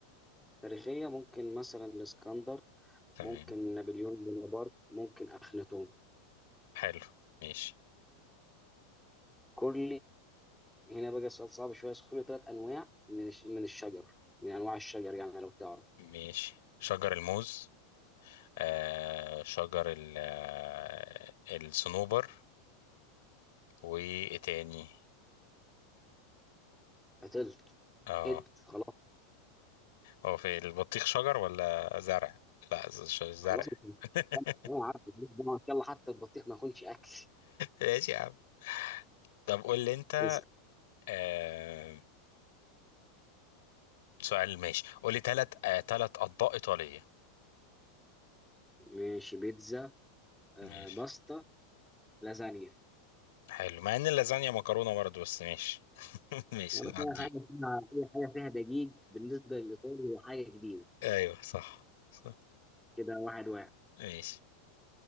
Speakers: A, in the centre; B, on the left.
A: تاريخيه ممكن مثلا الاسكندر
B: تمام
A: ممكن نابليون بونابرت ممكن اخناتون
B: حلو ماشي
A: كل هنا بقى السؤال صعب شويه اذكر لي ثلاث انواع من الش- من الشجر من انواع الشجر يعني لو تعرف
B: ماشي شجر الموز آه شجر ال آه، الصنوبر وايه تاني
A: هتل
B: اه
A: هد خلاص
B: هو في البطيخ شجر ولا زرع لا ز- ش- زرع
A: خلاص انت
B: <laughs>
A: أنا عارف ماليش دعوة. ان شاء الله حتى البطيخ ما يكونش اكل
B: ماشي يا عم طب قول لي انت
A: اسأل.
B: آه سؤال ماشي قول لي ثلاث آه ثلاث اطباق ايطالية
A: ماشي بيتزا آه
B: ماشي
A: باستا لازانيا
B: حلو مع ان اللازانيا مكرونة برضه بس ماشي <laughs> ماشي
A: يا باشا
B: نعديه
A: اي حاجه فيها اي حاجه فيها دقيق بالنسبه للايطالي هي حاجه جديده
B: ايوه صح صح
A: كده واحد واحد
B: ماشي